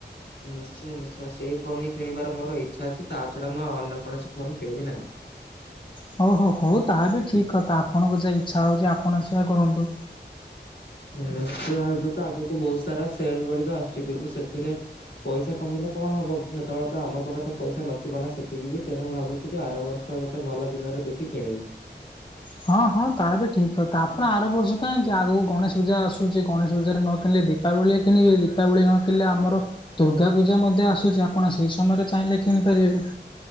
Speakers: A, on the left; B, on the left.
A: ନିଶ୍ଚୟ ନିଶ୍ଚୟ ସେଇ ଫୋନ ହିଁ କିଣିବାର ମୋର ଇଚ୍ଛା ଅଛି। ତା ଛଡ଼ା ମୁଁ ଆଉ ଅନ୍ୟ କୌଣସି ଫୋନ୍ କିଣିବି ନାହିଁ।
B: ହଉ ହଉ ହଉ ତାହା ବି ଠିକ୍ କଥା ଆପଣଙ୍କୁ ଯେ ଇଚ୍ଛା ହଉଛି ଆପଣ ସେଇଆ କରନ୍ତୁ।
A: ନିଶ୍ଚୟ ଏବେ ତ ଆଗକୁ ବହୁତ ସାରା ସେଲ ଗୁଡିକ ଆସୁଛି କିନ୍ତୁ ସେଥିରେ ପଇସା କମିଲେ କଣ ହବ ସେତେବେଳେ ତ ଆମ ପାଖେ ତ ପଇସା ନଥିବ ନା ସେତିକି ବି, ତେଣୁ ଭାବୁଛି କି ଆର ବର୍ଷ ତ ଗୋଟେ ଭଲ ଦିନରେ ଦେଖି କିଣିବି।
B: ହଁ ହଁ ତା ବି ଠିକ୍ କଥା, ଆପଣ ଆର ବର୍ଷ କାହିଁକି ଆଗକୁ ଗଣେଶ ପୂଜା ଆସୁଛି ଗଣେଶ ପୂଜାରେ ନ କିଣିଲେ ଦି ଦୀପାବଳି ରେ କିଣିବେ ଦୀପାବଳି ନ କିଣିଲେ ଆମର ଦୁର୍ଗା ପୂଜା ମଧ୍ୟ ଆସୁଛି ଆପଣ ସେଇ ସମୟରେ ଚାହିଁଲେ କିଣିପାରିବେ।